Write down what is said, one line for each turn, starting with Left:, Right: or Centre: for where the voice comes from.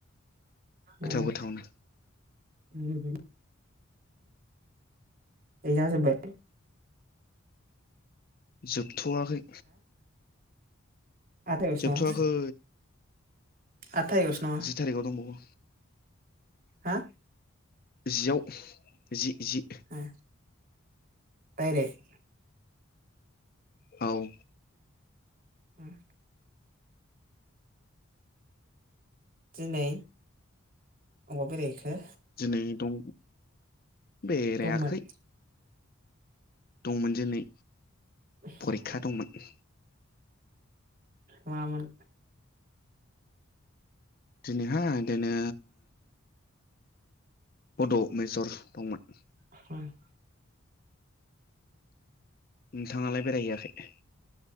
Left: गोथाव
Right: उम
Left: गोथावनो
Right: <unintelligible> ए जाजोबबाय
Left: जोबथ'वाखै।
Right: आथाइस
Left: जोबथ'वाखै
Right: न <unintelligible> आद थाइस न <unintelligible>
Left: जेरैगाव दंबावो
Right: हा?
Left: जियाव जि जि
Right: ओ दायरेग?
Left: औ
Right: उम दिनै अबाव बेरायहैखो?
Left: दिनै दं बेरायाखै।
Right: दंमोन
Left: दंमोन दिनै।
Right: <inaudible>
Left: परिखा दंमोन।
Right: मामोन
Left: दिनैहाय दिनै बड' मेजर दंमोन।
Right: ह <unintelligible>
Left: नोंथाङालाय बेरायहैयाखै?